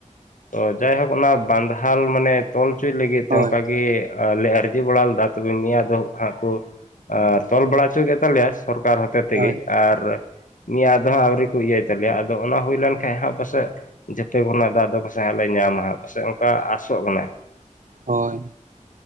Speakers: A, on the left; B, on the right.
A: ᱛᱚ ᱡᱟᱭᱦᱳᱠ ᱚᱱᱟ ᱵᱟᱱᱫᱷᱟᱞ ᱢᱟᱱᱮ ᱛᱚᱞ ᱪᱚᱭ ᱞᱟᱹᱜᱤᱫ ᱛᱮ
B: ᱦᱳᱭ
A: ᱚᱱᱠᱟᱜᱮ ᱞᱮ ᱟᱹᱨᱡᱤ ᱵᱟᱲᱟ ᱞᱮᱫᱟ ᱛᱚᱵᱮ ᱢᱮᱭᱟ ᱫᱚ ᱦᱟᱸᱜ ᱠᱩ ᱟᱨ ᱛᱚᱞ ᱵᱟᱲᱟ ᱦᱚᱪᱚ ᱠᱮᱫ ᱛᱟᱞᱮᱭᱟ᱾ ᱥᱚᱨᱠᱟᱨ ᱦᱚᱛᱮ ᱛᱮᱜᱮ
B: ᱦᱳᱭ
A: ᱟᱨ ᱱᱤᱭᱟᱹ ᱫᱚ ᱦᱟᱸ ᱟᱹᱣᱨᱤ ᱠᱚ ᱤᱭᱟᱹᱭ ᱛᱟᱞᱮᱭᱟ ᱟᱫᱚ ᱟᱫᱚ ᱚᱱᱟ ᱦᱩᱭ ᱞᱮᱱ ᱠᱷᱟᱸᱡ ᱦᱟᱸᱜ ᱯᱟᱥᱮᱜ ᱡᱷᱮᱯᱮ ᱜᱚᱱᱟᱜ ᱫᱟᱜ ᱫᱚ ᱯᱟᱥᱮᱡ ᱦᱟᱸᱜ ᱞᱮ ᱧᱟᱢᱟ ᱦᱟᱸᱜᱼᱟ᱾ ᱥᱮ ᱚᱱᱠᱟ ᱟᱥᱚᱜ ᱠᱟᱱᱟᱭ᱾
B: ᱦᱳᱭ᱾